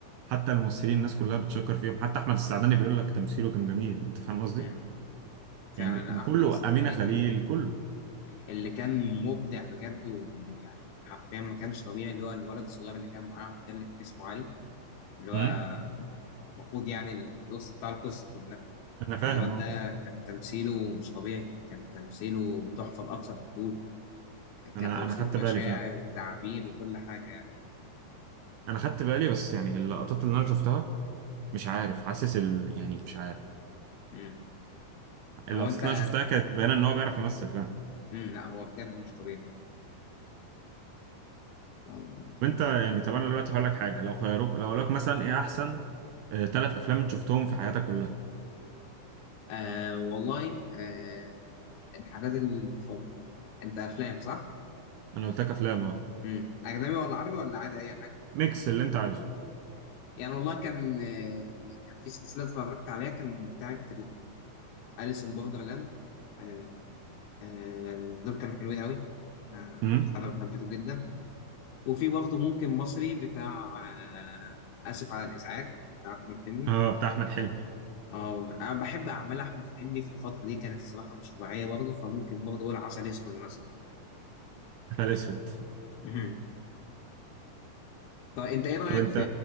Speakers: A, on the right; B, on the left.
A: حتى الممثلين الناس كلها بتشكر فيهم حتى أحمد السعداني بيقول لك تمثيله كان جميل أنت فاهم قصدي
B: امم فعلا
A: يعني
B: لا
A: وكله
B: أحمد السعداني
A: أمينة خليل
B: كان
A: كله
B: اللي كان مبدع بجد ويعني حرفيا ما كانش طبيعي اللي هو الولد الصغير اللي كان معاهم ده اللي كان اسمه علي اللي هو
A: امم
B: المفروض يعني النص بتاع القصة كلها
A: أنا فاهم
B: الواد
A: أه
B: ده كان تمثيله مش طبيعي كان تمثيله تحفة لأقصى الحدود
A: أنا
B: كتوصيل
A: أنا خدت
B: مشاعر
A: بالي فعلا
B: وتعبير وكل حاجة يعني
A: أنا خدت بالي بس يعني اللقطات اللي أنا شفتها مش عارف حاسس ال... يعني مش عارف
B: مم.
A: اللقطات
B: هو أنت
A: اللي أنا شفتها كانت باينة إن هو بيعرف يمثل فعلا
B: مم. لا هو بجد مش طبيعي طيب
A: وانت يعني طب انا دلوقتي هقول لك حاجه لو خيروك لو قالوا لك مثلا ايه احسن ثلاث افلام انت شفتهم في حياتك كلها
B: آه والله آه الحاجات اللي بتفرج أنت أفلام صح؟
A: انا قلت لك افلام اه
B: مم. أجنبي ولا عربي ولا عادي أي حاجة؟
A: ميكس اللي انت عايزه
B: يعني والله كان آه كان في سلسلة اتفرجت عليها كان بتاعة أليس إن بوردرلاند آه آه دول كانوا حلوين أوي آه
A: امم
B: بتاع ده حبيته جدا وفي برضه ممكن مصري بتاع آه آسف على الإزعاج بتاع أحمد حلمي
A: اه بتاع احمد حلمي
B: اه انا بحب اعمال احمد حلمي في الفتره دي كانت الصراحه مش طبيعيه برضه فممكن برضه اقول عسل اسود مثلا
A: <laughs> نهار اسود
B: مهم. طب انت ايه رايك
A: طب انت
B: في